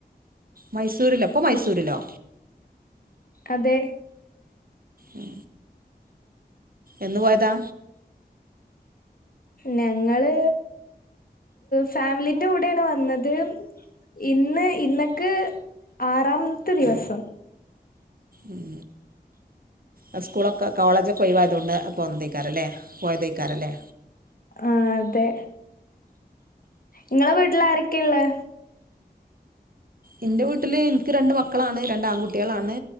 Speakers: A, on the right; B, on the left.
A: മൈസൂര്ലൊ ഇപ്പോ മൈസൂര്ലോ
B: അതെ
A: ഉം എന്ന് പോയതാ
B: ഞങ്ങള് ഫാമിലിന്റെ കൂടെയാണ് വന്നത് ഇന്ന് ഇന്നക്ക് ആറാമത്തെ ദിവസം
A: ഉം ആ സ്കൂളൊക്കെ കോളേജൊക്കെ ഒയ് വായ് തോണ്ട് പോന്നതേക്കാരം ലേ പോയതേയ്ക്കാരം ലേ
B: ആ അതെ ഇങ്ങളെ വീട്ട്ല് ആരെക്കേള്ളത്
A: ഇൻ്റെ വീട്ട്ല് എനിക്ക് രണ്ട് മക്കളാണ് രണ്ട് ആൺകുട്ടികളാണ്